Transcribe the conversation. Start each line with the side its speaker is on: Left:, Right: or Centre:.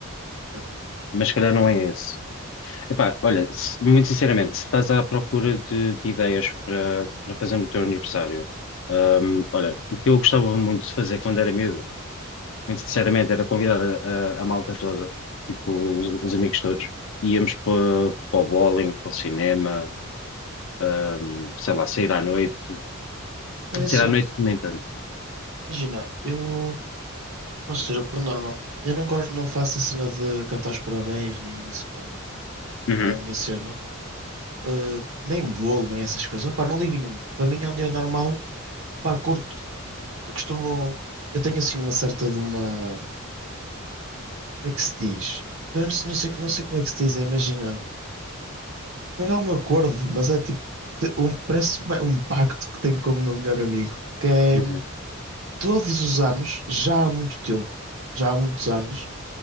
Right: certo.
Left: Mas se calhar não é esse. Epá, olha, se- muito sinceramente, se estás à procura de, de ideias para para fazer no teu aniversário, um, olha, o que eu gostava muito de fazer quando era miúdo muito sinceramente, era convidar a, a- a malta toda, tipo, os, os amigos todos. Íamos para, para o bowling, para o cinema, ahm, sei lá, sair à noite.
Right: É
Left: Sair
Right: assim,
Left: à noite nem tanto.
Right: imagina, eu. Ou seja, por norma, eu não gosto, não faço a cena de cantar os parabéns, nem isso, pá, não.
Left: Uhum,
Right: Não é a minha cena. Uh, nem bolo, nem essas coisas. Pá, não ligo nenhuma. Para mim é um dia normal. Pá, curto, eu costumo. Eu tenho assim uma certa de uma. é que se diz? Eu não, sei, não sei não sei como é que se diz, é, imagina. Não é um acordo, mas é tipo. te- Um, parece uma- um pacto que tenho com o meu melhor amigo, que é
Left: uhum,
Right: hum, todos os anos, já há muito tempo, já há muitos anos,